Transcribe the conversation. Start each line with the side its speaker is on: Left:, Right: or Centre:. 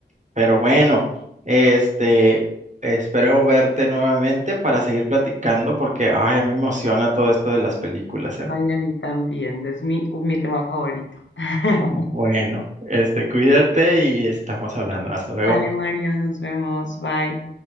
Right: Pero bueno, este, espero verte nuevamente para seguir platicando porque, ay, a mí me emociona todo esto de las películas, ¿eh?
Left: Ay, a mí también, es mi, mi tema favorito. <laughs>
Right: Bueno, este, cuídate y estamos hablando. Hasta luego.
Left: Vale, Mario, nos vemos. Bye.